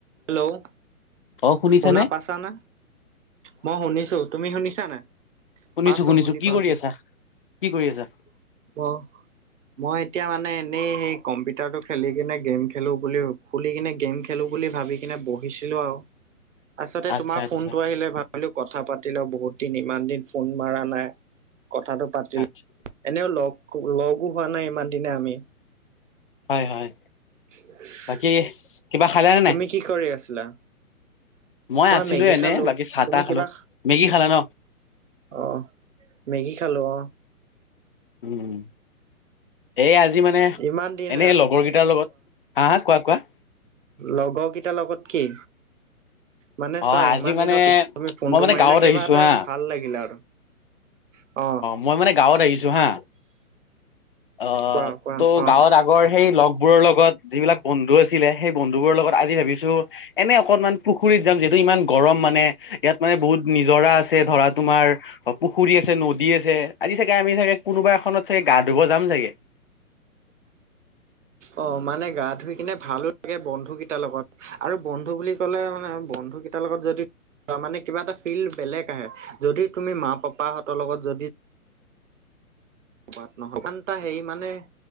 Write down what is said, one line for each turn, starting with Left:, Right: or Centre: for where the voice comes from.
Right: Hello
Left: অ শুনিছানে
Right: শুনা পাইছানে? মই শুনিছো তুমি শুনিছা নাই?
Left: শুনিছো-শুনিছো,
Right: পাইছো শুনি
Left: কি
Right: পাইছো।
Left: কৰি আছা? কি কৰি আছা?
Right: অ মই এতিয়া মানে এনেই সেই কম্পিউটাৰটো খেলি কিনে গেম খেলো বুলি খুলি কিনে গেম খেলোঁ বুলি ভাবি কিনে বহিছিলোঁ আৰু তাৰপাছতে
Left: আচ্ছা
Right: তোমাৰ
Left: আচ্ছা
Right: ফোনটো আহিলে ভা ভাবিলো কথা পাতি ল‌ওঁ, বহুত দিন ইমান দিন ফোন মাৰা নাই কথাটো পাতি লওঁ।
Left: আচ্ছা
Right: এনেও লগ লগো হোৱা নাই ইমান দিনে আমি
Left: হয় হয়।
Right: <inaudible>
Left: বাকী কিবা খালা নে নাই
Right: তুমি কি কৰি আছিলা?
Left: মই আছিলো
Right: মেগী
Left: এনেই,
Right: খালো।
Left: বাকী চাহ-তাহ
Right: তুমি
Left: খালো।
Right: কিবা
Left: মেগী খালা ন?
Right: অ, মেগী খালো অ।
Left: উম। এই আজি মানে
Right: ইমান দিন
Left: এনেই লগৰকেইটাৰ লগত, হা-হা কোৱা-কোৱা।
Right: লগৰকেইটাৰ লগত কি? মানে
Left: অ
Right: চোৱা
Left: আজি
Right: ইমান
Left: মানে
Right: দিনৰ পিছত তুমি ফোনটো
Left: মই মানে
Right: মাৰিলা
Left: গাঁৱত আহিছো
Right: কিবা এটা
Left: হা
Right: ভাল লাগিলে আৰু। অ।
Left: মই মানে গাঁৱত আহিছো হা। অ
Right: কোৱা কোৱা
Left: ত
Right: অ
Left: গাঁৱত আগৰ সেই লগবোৰৰ লগত যিবিলাক বন্ধু আছিলে, সেই বন্ধুবোৰৰ লগত আজি ভাবিছোঁ এনে অকনমান পুখুৰীত যাম যিহেতু ইমান গৰম মানে ইয়াত মানে বহুত নিজৰা আছে ধৰা তোমাৰ পুখুৰী আছে, নদী আছে আজি চাগে আমি চাগে কোনোবা এখনত চাগে গা ধুব যাম চাগে। <inaudible>
Right: অ মানে গা ধুই কিনে ভালো লাগে বন্ধুকেইটাৰ লগত আৰু বন্ধু বুলি কলে মানে বন্ধু কেই <unintelligible> লগত যদি মানে কিবা এটা ফিল বেলেগ আহে যদি তুমি মা-পাপাহঁতৰ লগত যদি নহয় <unintelligible> সিমান এটা হেৰি মানে